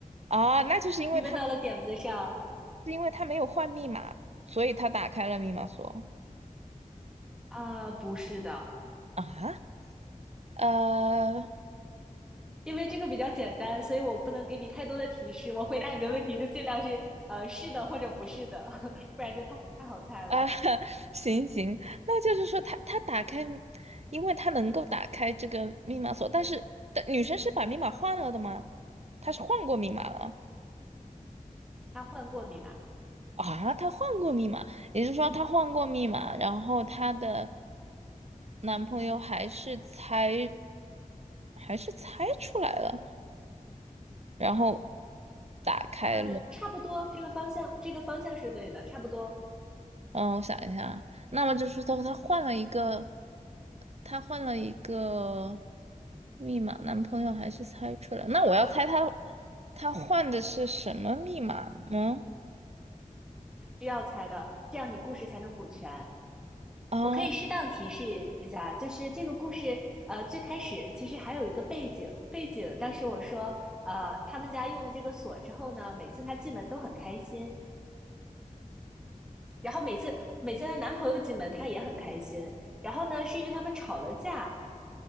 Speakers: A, on the right; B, in the centre.
A: 啊，那就是因为她
B: 你问到了点子上。
A: 是因为她没有换密码，所以她打开了密码锁
B: 啊，不是的，
A: 啊。呃，
B: 因为这个比较简单，所以我不能给你太多的提示。我回答你的问题就尽量是呃是的或者不是的，<laughs> 不然就太太好猜了。
A: 啊，<laughs> 行行，那就是说他他打开，因为他能够打开这个密码锁，但是但女生是把密码换了的吗？她是换过密码了
B: 她换过密码，
A: 啊？她换过密码，也就是说她换过密码，然后她的男朋友还是猜，还是猜出来了，然后打开了。
B: 呃，差不多这个方向，这个方向是对的，差不多
A: 嗯，我想一下啊，那么就是说她换了一个，她换了一个密码，男朋友还是猜出来。那我要猜她，她换的是什么密码呢？
B: 需要猜的，这样你故事才能补全。
A: 啊，
B: 我可以适当提示一下，就是这个故事，呃，最开始其实还有一个背景，背景当时我说，呃，他们家用了这个锁之后呢，每次她进门都很开心，然后每次每次她男朋友进门，她也很开心，然后呢，是因为他们吵了架，